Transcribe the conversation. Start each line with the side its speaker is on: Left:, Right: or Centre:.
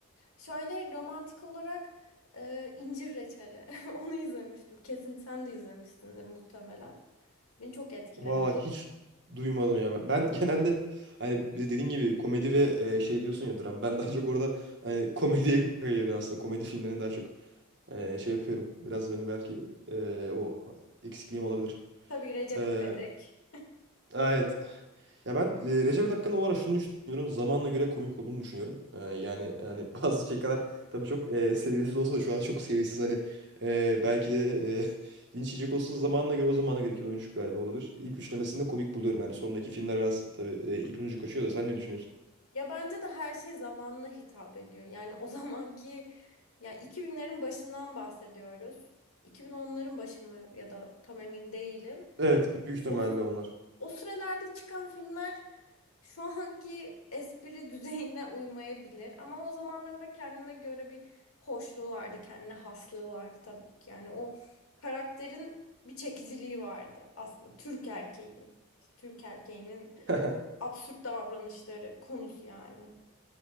Left: Şöyle romantik olarak e, İncir Reçeli. <laughs> Onu izlemiştim. Kesin sen de izlemişsindir muhtemelen. Beni çok etkilemiş.
Right: Valla hiç duymadım ya ben. Ben <laughs> genelde hani dediğin gibi komedi ve e, şey diyorsun ya dram. Ben daha çok orada hani komediye kayıyor ben aslında. Komedi filmlerine daha çok e, şey yapıyorum. Biraz benim belki e, o eksikliğim olabilir.
Left: Tabii Recep
Right: E,
Left: İvedik.
Right: evet ya ben e, Recep hakkında bu ara şunu düşünüyorum. Zamanla göre komik olduğunu düşünüyorum. E, yani yani <laughs> bazı şakalar tabii çok e, seviyesiz olsa da şu an çok seviyesiz hani e, belki de e, <laughs> linç yiyecek olsa da zamanla göre o zamana göre 2013 galiba olabilir. İlk üçlemesinde komik buluyorum yani. Sonraki filmler biraz tabii e, ipin ucu kaçıyor da sen ne düşünüyorsun?
Left: Ya bence de her şey zamanına hitap ediyor. Yani o <laughs> zamanki yani 2000'lerin başından bahsediyoruz. 2010'ların başı mı ya da tam emin değilim.
Right: Evet büyük ihtimalle
Left: O
Right: onlar.
Left: O sıralarda çıkan filmler şu anki espri <laughs> düzeyine uymayabilir ama o zamanlarda kendine göre bir hoşluğu vardı, kendine haslığı vardı tabii ki. Yani o karakterin bir çekiciliği vardı aslında Türk erkeği. İşte Türk erkeğinin
Right: <laughs>
Left: absürt davranışları konusu yani.